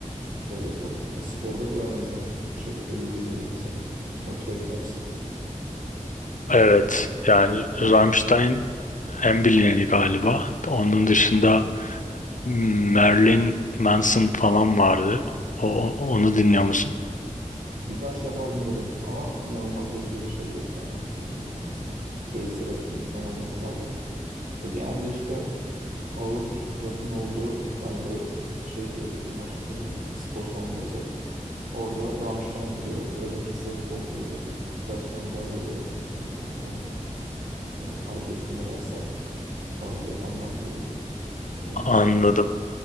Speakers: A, on the right (about 85°); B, on the left (about 70°).
A: etkiler yapıyor. Ya sporda falan en azından çok şey yapıyor, iyi geliyor insana. Motive etme açısından.
B: evet yani Rammstein en bilineni galiba. Onun
A: Aynen.
B: dışında hmm, Marilyn Manson falan vardı. O, onu dinliyor musun?
A: Birkaç defa dinledim ama inanılmaz derecede bir şey yok yani. Ee, nasıl denir? Playlist'e ekledim falan olmadı daha da. E, genelde işte ağır rock'ın olduğu bir tane böyle şey playlistim var. Ee, spor salonuna özel. Orada Rammstein duruyor. Avenged Sevenfold duruyor. Birkaç tane daha böyle e, onu yani hareketli bayağı sert tarzda yapanlar duruyor. Onlar
B: Anladım.